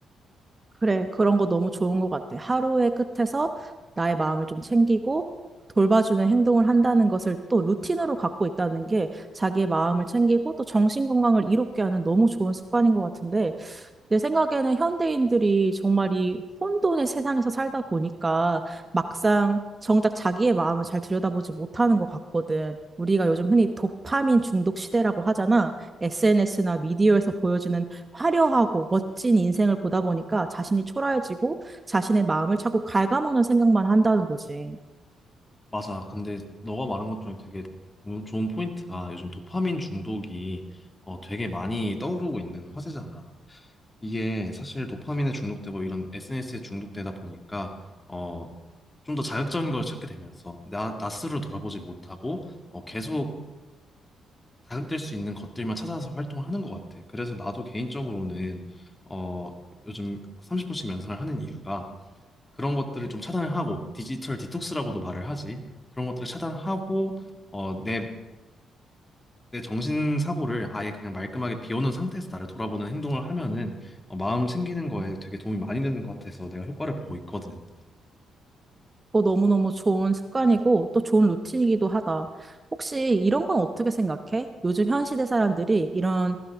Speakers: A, on the right; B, on the left.
A: 그래, 그런 거 너무 좋은 것 같아. 하루의 끝에서 나의 마음을 좀 챙기고 돌봐주는 행동을 한다는 것을 또 루틴으로 갖고 있다는 게 자기의 마음을 챙기고 또 정신 건강을 이롭게 하는 너무 좋은 습관인 것 같은데 내 생각에는 현대인들이 정말 이 혼돈의 세상에서 살다 보니까 막상 정작 자기의 마음을 잘 들여다보지 못하는 것 같거든. 우리가 요즘 흔히 도파민 중독 시대라고 하잖아. SNS나 미디어에서 보여주는 화려하고 멋진 인생을 보다 보니까 자신이 초라해지고 자신의 마음을 자꾸 갉아먹는 생각만 한다는 거지.
B: 맞아. 근데 너가 말한 것 중에 되게 조- 좋은 포인트가 요즘 도파민 중독이 어, 되게 많이 떠오르고 있는 화제잖아. 이게 사실 도파민에 중독되고 이런 SNS에 중독되다 보니까 어, 좀 더 자극적인 걸 찾게 되면서 나, 나 스스로 돌아보지 못하고 어, 계속 자극될 수 있는 것들만 찾아서 활동을 하는 것 같아. 그래서 나도 개인적으로는 어, 요즘 30분씩 명상을 하는 이유가 그런 것들을 좀 차단을 하고 디지털 디톡스라고도 말을 하지. 그런 것들을 차단하고 어, 내 내 정신사고를 아예 그냥 말끔하게 비워놓은 상태에서 나를 돌아보는 행동을 하면은 어, 마음 챙기는 거에 되게 도움이 많이 되는 것 같아서 내가 효과를 보고 있거든.
A: 어, 너무너무 좋은 습관이고 또 좋은 루틴이기도 하다. 혹시 이런 건 어떻게 생각해? 요즘 현 시대 사람들이 이런